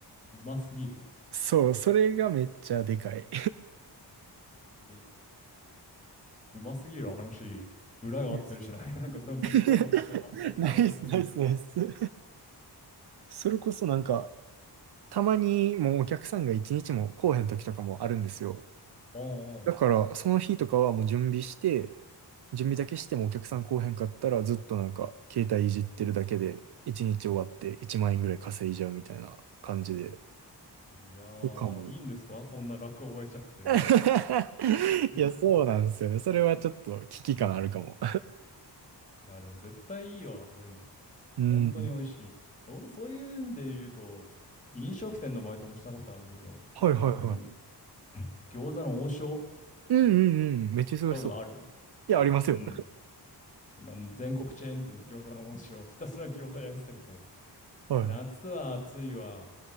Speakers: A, on the left (about 15°); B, on the right (about 65°).
A: うますぎる。
B: そう、それがめっちゃでかい。
A: え、うますぎる話、裏があったりしない
B: です
A: <laughs> なんかそのビッグバス実はマフィアと繋がってるみたいな。
B: <laughs> ナイス、ナイス、ナイス。それこそなんか、たまにもうお客さんが一日も来おへん時とかもあるんですよ。
A: うんうん。
B: だから、その日とかはもう準備して、準備だけしてもお客さん来おへんかったらずっとなんか携帯いじってるだけで1日終わって1万円ぐらい稼いじゃうみたいな感じで。
A: いやー、
B: とかも。
A: いいんですかそんな楽覚えちゃって。
B: <laughs>
A: <laughs>
B: いや、そうなんですよね。それはちょっと危機感あるかも。
A: いや、でも絶対いいわ、そういうの。
B: うん。
A: 本当に美味しい。で僕、そういうんで言うと、飲食店のバイトもしたことあるけど、
B: はいはいは
A: まあ本当に、餃子の王将行っ
B: い。うんうんうん。めっちゃ忙しそう。
A: たことある
B: いや、ありますよ。
A: うん。そんなもう全国チェーン店の餃子の恩師をひたすら餃子焼いてたけど、
B: はい。
A: 夏は暑いわ、